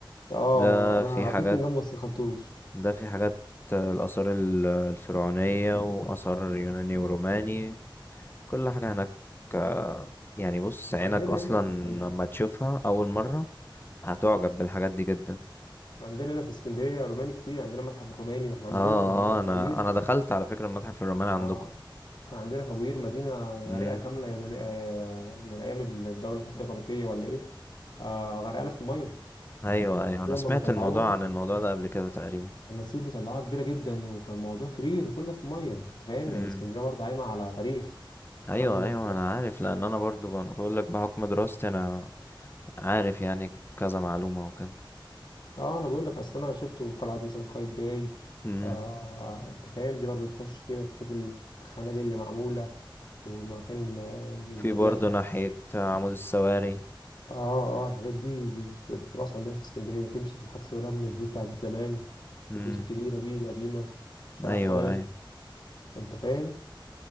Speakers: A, on the left; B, on the left.
A: آه
B: ده
A: أنا
B: فيه
A: عديت
B: حاجات
A: من جنبه بس مدخلتوش
B: ده فيه حاجات الآثار ال- الفرعونية وآثار يوناني وروماني كل حاجة هناك آه، يعني بص عينك
A: عندنا
B: أصلا
A: هنا عن-
B: لما تشوفها أول مرة هتعجب بالحاجات دي جدا
A: عندنا هنا في اسكندرية روماني كتير عندنا متحف الروماني إحنا عندنا
B: اه
A: كان عندنا
B: اه انا
A: فوير
B: انا دخلت على فكرة المتحف الروماني
A: آه كان عندنا فوير مدينة غريقة
B: عندكم
A: كاملة يونانية آه، من أيام الدولة مش عارف الإغريقية ولا إيه آه غرقانة في المية
B: ايوه
A: تماثيل
B: ايوه انا
A: هما
B: سمعت
A: بيطلعوها
B: الموضوع عن الموضوع ده قبل كده تقريبا
A: تماثيل بيطلعوها كبيرة جدا وكان موضوع كبير وكل ده في المية أنت فاهم
B: امم
A: يعني اسكندرية برضه قايمة على تاريخ
B: ايوه
A: عندك دلوقتي
B: ايوه
A: كتير
B: انا عارف لان انا برضو انا بقول لك بحكم دراستي انا عارف يعني كذا معلومه وكده
A: اه انا بقول لك اصل انا شفته في قلعه مثلا قايتباي
B: امم
A: آه انت فاهم دي برضه تخش كده تشوف الخنادق اللي معموله ومكان الم-
B: في
A: المدافع
B: برضو ناحيه عمود السواري
A: اه اه الحاجات دي دي تراث عندنا في اسكندريه تمشي في محطه الرمل البيوت بتاعت زمان
B: امم
A: البيوت الكبيره دي القديمه شارع
B: ايوه
A: فؤاد
B: ايوه
A: انت فاهم